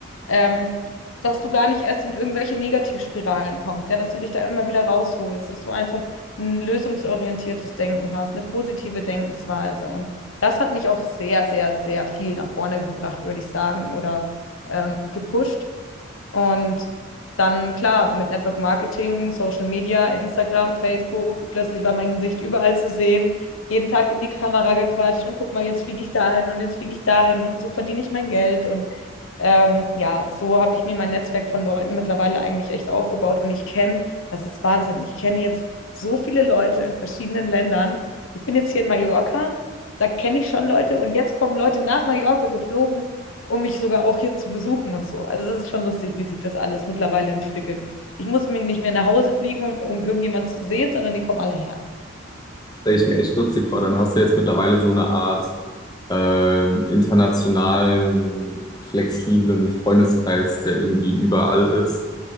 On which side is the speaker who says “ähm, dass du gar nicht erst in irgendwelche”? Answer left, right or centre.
Left